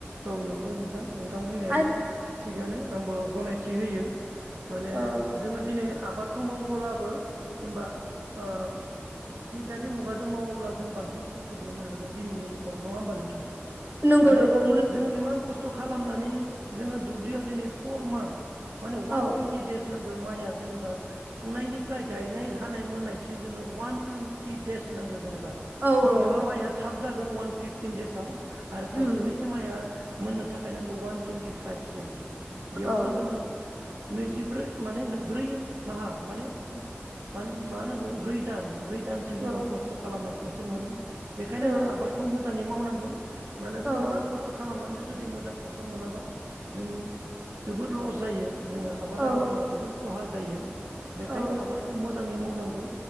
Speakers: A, on the right; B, on the right.
A: औ नंगौ नोंथां नोंथां बुंनायाबो
B: आरो
A: थिगानो आंबो गनायथि होयो माने
B: औ
A: जोङो दिनै बे आबादखौ मावोब्लाबो जेनबा ओ बिगियानि मुगाजों मावोब्ला जों बांसिन प्रफिट मोननो हागोन दिनैनि जुगाव नङा होमबा नोंथां?
B: नोंगौ
A: माने
B: नोंगौ।
A: जों इमान खस्थ' खालामनानै जोङो दुब्लियाव जेनै फर मान्थ माने वान
B: औ
A: टुइन्टि देस नां गौ माइआ जेनेबा फुनायनिफ्राय गायनाय हानाय मोननायसिम जोंनो वान टुइन्टि देस नांगो जेनेबा
B: औ
A: मबेबा
B: औ
A: माया थाब जा गोन वान पिपटिन देेजसआव। आरो खायसे
B: उम
A: आ मोननो थाखाय नांगौ वान टुन्टि फाइभ सिम। बेयावसो
B: औ
A: जोङो नैजिब्रै माने ब्रै माहा माने मानो मा होनांगो ब्रै दान ब्रै दानसिम
B: औ
A: जोङो खस्थ' खालामना फसल मोनो। बेखायनो
B: औ
A: जों आबादखौ मोज मोजाङै मावनांगोन जों
B: औ
A: इमान खस्थ' खालामनानै जुदि मोजां फसल मोनाबा जों जोबर लस जायो। जोंहा आबादारिफोरा
B: औ
A: जोबोर खहा जायो। बेखायनो
B: औ
A: आबादखौ मोजां मोजाङै मावनांगौ